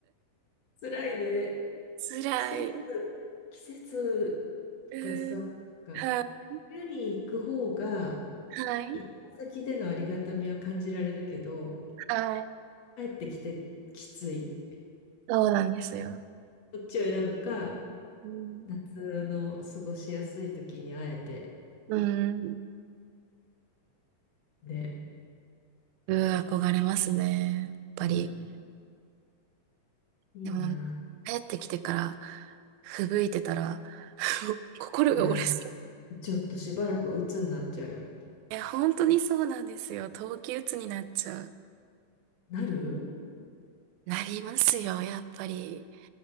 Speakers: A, on the left; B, on the right.
A: 辛いね。
B: 辛い。
A: 季節、季節
B: うん。
A: がさ、が
B: はい。
A: 冬に行く方が、
B: はい。
A: 行った先でのありがたみは感じられるけど、
B: はい。
A: 帰ってきてきつい。
B: そうなんですよ。
A: どっちを選ぶか、
B: うん。
A: 夏の過ごしやすい時に会えて、
B: うん。
A: ね。
B: うん憧れますね。やっぱり。
A: うん。いいな。
B: でも、帰ってきてから、吹雪いてたら、<laughs> 心が折れそう。
A: いやー、ちょっとしばらく鬱になっちゃうよ。
B: え、本当にそうなんですよ。冬季うつになっちゃう。
A: なる
B: なりますよ、やっぱり。